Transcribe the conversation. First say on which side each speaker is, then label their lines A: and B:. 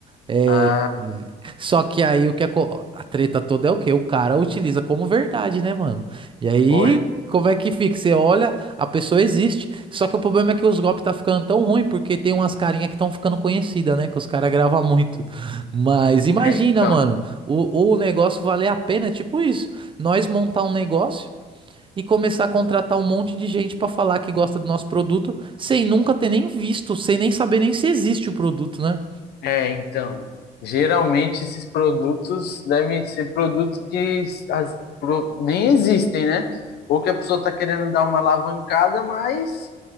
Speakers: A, on the right (about 30°); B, on the left (about 75°).
A: É,
B: Ah,
A: só que aí o que é co- a treta toda é o quê? O cara utiliza como verdade, né, mano? E aí,
B: olha,
A: como é que fica? Você olha, a pessoa existe. Só que o problema é que os golpes tá ficando tão ruim porque tem umas carinhas que estão ficando conhecidas, né? Que os caras gravam muito. Mas imagina,
B: é, então.
A: mano, o, o negócio valer a pena, é tipo isso. Nós montar um negócio e começar a contratar um monte de gente pra falar que gosta do nosso produto sem nunca ter nem visto, sem nem saber nem se existe o produto, né?
B: É, então. Geralmente esses produtos devem ser produtos que as- pro- nem existem, né? Ou que a pessoa tá querendo dar uma alavancada, mas